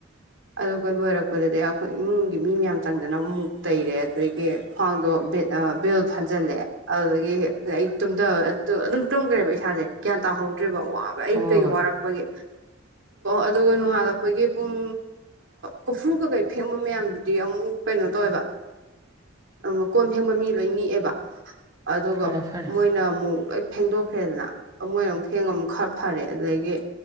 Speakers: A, on the right; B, on the right.
A: ꯑꯗꯨꯒ ꯂꯣꯏꯔꯛꯄꯗꯗꯤ ꯑꯩꯈꯣꯏ ꯏꯃꯨꯡꯒꯤ ꯃꯤ ꯃꯌꯥꯝ ꯆꯪꯗꯅ ꯃꯨꯛ ꯇꯩꯔꯦ ꯑꯗꯒꯤ ꯈ꯭ꯋꯥꯡꯗꯣ <inaudible> ꯕꯦꯜ ꯐꯟꯖꯜꯂꯦ ꯑꯗꯨꯗꯒꯤ ꯑꯩ ꯇꯨꯝꯗꯔꯒ꯭ꯔꯦ ꯑꯗꯨꯝ ꯇꯨꯝꯈ꯭ꯔꯦꯕ ꯏꯁꯥꯁꯦ ꯒ꯭ꯌꯥꯟ ꯇꯥꯍꯧꯗ꯭ꯔꯦꯕ ꯋꯥꯕ ꯑꯌꯨꯛꯇꯒꯤ
B: ꯍꯣꯏ ꯍꯣꯏ ꯍꯣꯏ
A: ꯋꯥꯔꯛꯄꯒꯤ ꯑꯗꯨꯒ ꯅꯣꯡꯉꯥꯜꯂꯛꯄꯒꯤ ꯄꯨꯡ ꯀꯣꯐ꯭ꯔꯨ ꯀꯩꯀꯩ ꯐꯦꯡꯕ ꯃꯌꯥꯝꯗꯨꯗꯤ ꯑꯃꯨꯛ ꯀꯩꯅꯣ ꯇꯧꯋꯦꯕ ꯑꯃꯨꯛ ꯀꯣꯟ ꯐꯦꯡꯕ ꯃꯤ ꯂꯣꯏ ꯅꯤꯛꯑꯦꯕ ꯑꯗꯨꯒ
B: ꯐꯔꯦ ꯐꯔꯦ
A: ꯃꯣꯏꯅ ꯑꯃꯨꯛ ꯂꯣꯏ ꯐꯦꯡꯗꯣꯛꯈ꯭ꯔꯦꯗꯅ ꯑꯃꯣꯏꯅ ꯑꯃꯨꯛ ꯐꯦꯡꯒ ꯑꯃꯨ ꯈꯔ ꯐꯔꯦ ꯑꯗꯨꯗꯒꯤ